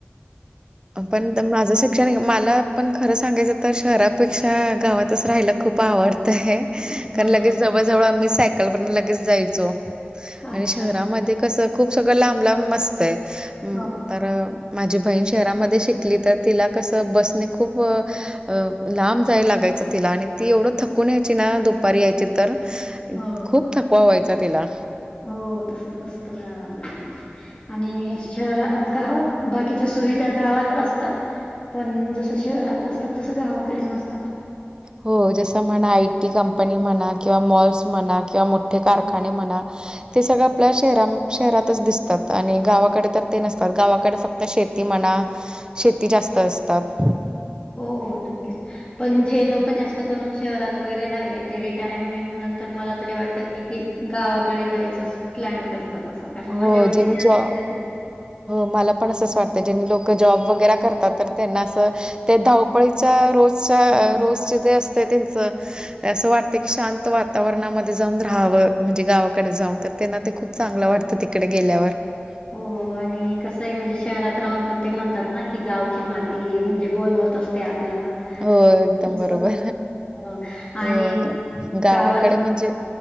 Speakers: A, on the right (about 20°); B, on the left (about 30°).
A: पण पण माझ्यासाठ मला पण खरं सांगायचं तर शहरापेक्षा गावातच राहायला खूप आवडतंय. कारण
B: हो,
A: लगेच जवळ जवळ आम्ही सायकलवर लगेच जायचो आणि
B: अच्छा.
A: शहरामध्ये कस खूप सगळं लांब लांब आस्तय म
B: हो.
A: तर माझी बहीण शहरामध्ये शिकली तर तिला कसं बसणे खूप अ लांब जाय लागायचं तिला आणि ती एवढं थकून यायची ना दुपारी यायची तर
B: हो.
A: खूप थकवा व्हायचा तिला
B: हो तसच असत गाव कड आणि शहरा गावात बाकीच्या सुविधा गावात असतात पण जस शहरात असता तसं गावाकडे नसतात.
A: हो जस म्हणा आय. टी. कंपनी म्हणा किंवा मॉल्स म्हणा किंवा कारखाने
B: अ,
A: म्हणा ते सगळं आपल्या शहरान -शहरातच दिसतात आणि गावाकडे तर ते नसतात गावाकडे फक्त शेती म्हणा शेती जास्त असतात.
B: हो नक्कीच. पण जे लोक जास्त करून शहरात वगैरे राहिले ते रिटायरमेंट नंतर मला तरी वाटत की- की गावाकडे जायचं प्लॅन करतात असं कारण माझ्या
A: हो
B: ओळखीचे
A: ज्यांनी
B: असे
A: जॉ
B: बरेच झन
A: मला पण असंच वाटतं ज्यांनी लोक जॉब वगैरे करतात तर त्यांना असं ते धाव पईचा रोजचा
B: अ,
A: रोजच ते असतय त्यांचं असं वाटतं की शांत वातावरणामध्ये जाऊन राहावं म्हणजे गावाकडे जाऊन तर त्यांना ते खूप चांगलं वाटतं तिकडे गेल्यावर. <inaudible>
B: हो आणि कसंही म्हणजे शहरात राहून पण ते म्हणतात ना की गावची माती म्हणजे बोलवत असते आपल्याला.
A: हो एकदम
B: तसं.
A: बरोबर.
B: हो.
A: हो
B: आणि
A: गावाकडे
B: गावात
A: म्हणजे